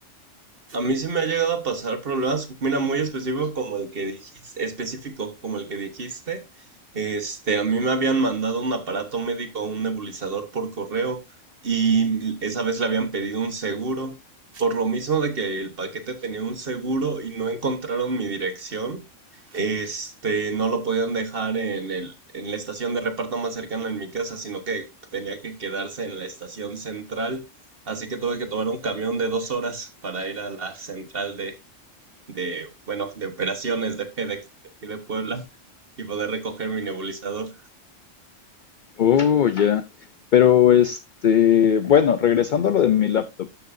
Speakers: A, on the right; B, on the left.
A: A mí se me ha llegado a pasar problemas, mira, muy específico como el que dijiste, específico como el que dijiste. Este, a mí me habían mandado un aparato médico, un nebulizador por correo y esa vez le habían pedido un seguro. Por lo mismo de que el paquete tenía un seguro y no encontraron mi dirección, este, no lo podían dejar en el, en la estación de reparto más cercana en mi casa, sino que tenía que quedarse en la estación central. Así que tuve que tomar un camión de dos horas para ir a la central de, de, bueno, de operaciones de FedEx de aquí de Puebla y poder recoger mi nebulizador.
B: Oh, ya. Pero este, bueno, regresando a lo de mi laptop,